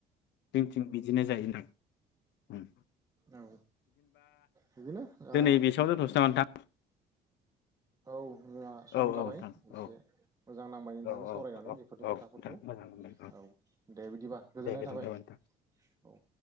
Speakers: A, on the left; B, on the right.
A: जोंनिथिं बिदिनो जायो नोंथां। उम्म।
B: औ बिदिनो
A: दिनै
B: ओ
A: <unintelligible>
B: औ। जोंना सम
A: औ
B: जाबाय
A: औ नोंथां
B: एसे
A: औ
B: मोजां नांबाय नोंथांजों
A: औ औ
B: सावरायनानै
A: औ
B: बेफोरनि
A: औ
B: खोथाफोरखौ
A: नोंथां मोजां मोनदों
B: औ दे बिदिबा गोजोननाय
A: दे गोजोनथाबाय
B: थाबाय
A: नोंथां
B: औ।